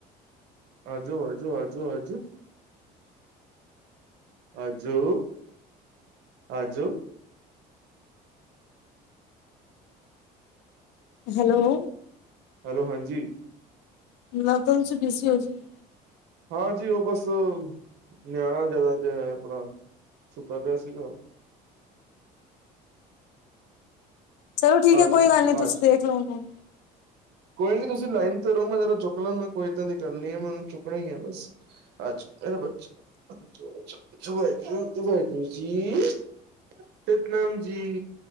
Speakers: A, on the right (about 70°); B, on the left (about 80°).
A: ਆਜੋ ਆਜੋ ਆਜੋ ਆਜੋ ਆਜੋ ਆਜੋ
B: ਹੈਲੋ
A: ਹੈਲੋ ਹਾਂਜੀ
B: ਲਗਦਾ ਤੁਸੀ ਬਜ਼ੀ ਹੋ ਜੀ
A: ਹਾਂ ਜੀ ਉਹ ਬਸ ਨਿਆਣਾ ਜਿਆਦਾ ਜਿ ਆਪਣਾ ਸੁੱਤਾ ਪਿਆ ਸੀਗਾ
B: ਚਲੋ ਠੀਕ ਹੈ
A: ਆਜੋ
B: ਕੋਈ ਗੱਲ ਨੀ ਤੁਸੀਂ
A: ਆਜੋ
B: ਦੇਖ ਲਓ ਉਹਨੂੰ
A: ਕੋਈ ਨੀ ਤੁਸੀਂ ਲਾਈਨ ਤੇ ਰੋ ਮੈਂ ਜਰਾ ਚੁੱਕ ਲੈਂਦਾ ਕੋਈਏਦਾਂ ਗੱਲ ਨਹੀਂ ਹੈ ਮੈਨੂੰ ਚੁੱਕਣਾ ਹੀ ਹੈ ਬਸ ਅੱਛ ਮੇਰੇ ਬੱਚੇ ਅ ਅੱਛ ਵਾਹਿਗੁਰੂ-ਵਾਹਿਗੁਰੂ ਜੀ ਸਤਨਾਮ ਜੀ।